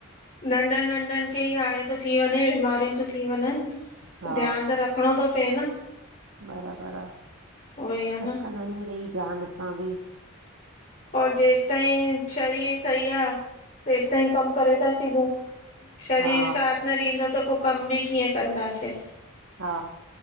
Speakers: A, on the left; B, on the right.
A: नंढनि नंढनि खे ई हाणे तो थी वञे, बीमारियूं तो थी वञनि। त
B: हा।
A: ध्यानु त रखिणो थो पए न
B: बराबरि आ
A: उहो ई आहे
B: रखंदायूं
A: न
B: मिड़ई ध्यान असां बि,
A: और जेसि ताईं शरीर सही आहे तेसि ताईं कम करे था सघूं। शरीर
B: हा
A: साथ न ॾींदो त पो कम बि कीअं कंदासीं।
B: हा